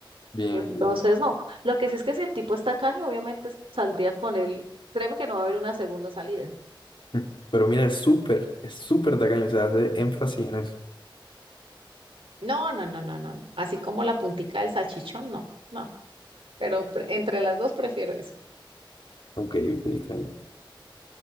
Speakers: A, on the left (about 65°); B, on the right (about 85°).
A: Bien,
B: Entonces,
A: bien.
B: no. Lo que sí es que si el tipo es tacaño, obviamente saldría con él. Créeme que no va a haber una segunda salida.
A: <laughs> Pero mira, es súper, es súper tacaño, o sea, hace énfasis en eso.
B: No, no, no, no, no. Así como la puntica del salchichón, no, no. Pero pre- entre las dos prefiero eso.
A: Ok, ok, está bien.